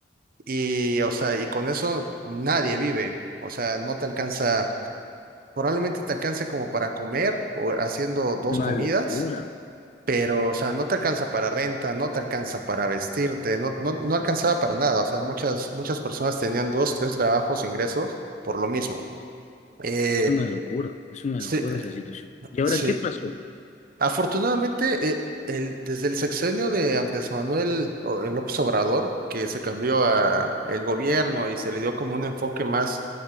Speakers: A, on the right (about 55°); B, on the left (about 40°).
A: Y, o sea, y con eso nadie vive. O sea, no te alcanza, probablemente te alcance como para comer o haciendo dos
B: una
A: comidas,
B: locura,
A: pero, o sea, no te alcanza para renta, no te alcanza para vestirte, no, no, no alcanzaba para nada. O sea, muchas, muchas personas tenían dos, tres trabajos, ingresos por lo mismo. Eh,
B: es una locura, es una
A: sí,
B: locura esa situación. ¿Y ahora
A: sí.
B: qué pasó?
A: Afortunadamente, eh, el, desde el sexenio de Andrés Manuel o- López Obrador, que se cambió a el gobierno y se le dio como un enfoque más